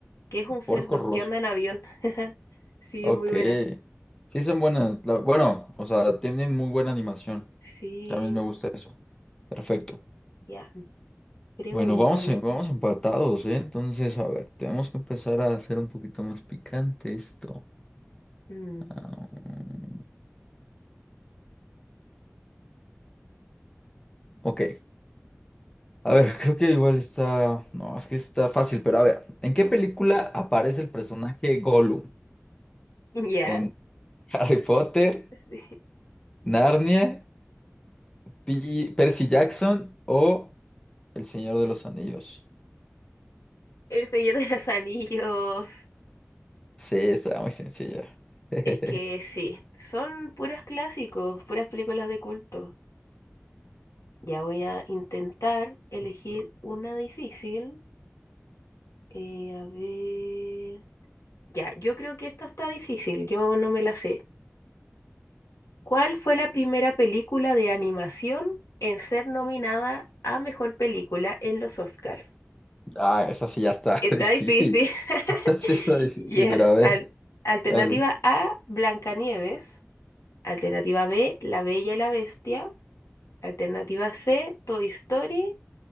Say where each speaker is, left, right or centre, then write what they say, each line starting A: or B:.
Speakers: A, on the left; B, on the left.
A: que es un cerdo
B: Porco Rosso.
A: que anda en avión. <laughs> Sí,
B: Ok.
A: es muy buena.
B: Sí, son buenas. la- bueno, o sea, tienen muy buena animación.
A: Sí,
B: También me gusta eso. Perfecto.
A: ya, pregúntame.
B: Bueno, vamos, en- vamos empatados, ¿eh? Entonces, a ver, tenemos que empezar a hacer un poquito más picante esto.
A: Mm.
B: Ah, ok. A ver, <laughs> creo que igual está. No, es que está fácil, pero a ver. ¿En
A: <laughs>
B: qué película aparece el personaje Gollum?
A: Ya,
B: ¿En <laughs> Harry Potter,
A: sí.
B: Narnia, Pi- Percy Jackson o El Señor de los Anillos?
A: El Señor de los Anillos.
B: Sí, está muy sencilla. <laughs>
A: Es que sí, son puras clásicos, puras películas de culto. Ya voy a intentar elegir
B: Justo.
A: una difícil. Eh, a ver. Ya, yo creo que esta está difícil, yo no me la sé. ¿Cuál fue la primera película de animación en ser nominada a mejor película en los Oscars?
B: Ah, esa sí ya está
A: Está
B: <laughs> difícil.
A: difícil. <laughs>
B: Esta sí está difícil,
A: Ya,
B: pero a ver,
A: al- Alternativa
B: dale.
A: A, Blancanieves. Alternativa B, La Bella y la Bestia. Alternativa C, Toy Story.